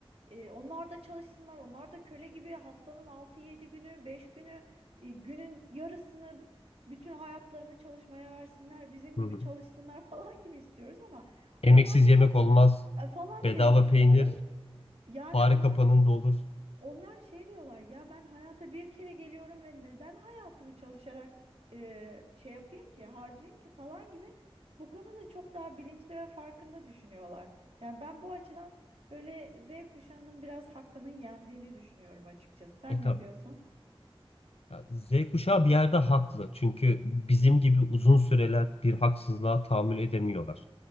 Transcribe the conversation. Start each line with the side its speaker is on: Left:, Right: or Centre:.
Right: E, onlar da çalışsınlar. Onlar da köle gibi haftanın altı yedi günü, 5 günü, e, günün yarısını bütün hayatlarını çalışmaya versinler. Bizim
Left: Hı
Right: gibi
Left: hı.
Right: çalışsınlar <laughs> falan gibi istiyoruz ama
Left: Emeksiz
Right: onlar
Left: yemek olmaz.
Right: e, falan
Left: Bedava
Right: diye düşünüyoruz.
Left: peynir,
Right: Yani
Left: fare
Right: ama
Left: kapanında olur.
Right: onlar şey diyorlar ya ben hayata bir kere geliyorum ve neden hayatımı çalışarak e, şey yapayım ki harcayayım ki falan gibi bu konuda çok daha bilinçli ve farkında düşünüyorlar. Yani ben bu açıdan böyle Z kuşağının biraz hakkının yendiğini düşünüyorum açıkçası. Sen
Left: E
Right: ne
Left: tabi.
Right: diyorsun?
Left: Ya Z kuşağı bir yerde haklı. Çünkü bizim gibi uzun süreler bir haksızlığa tahammül edemiyorlar.